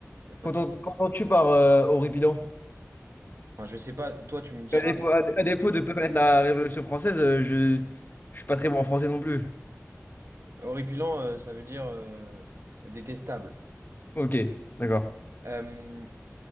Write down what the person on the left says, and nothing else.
qu'entends-
qu'entends-tu par euh, horripilant?
À défaut, à à défaut de ne pas connaître la Révolution française, euh, je je suis pas très bon en français non plus.
Ok, d'accord.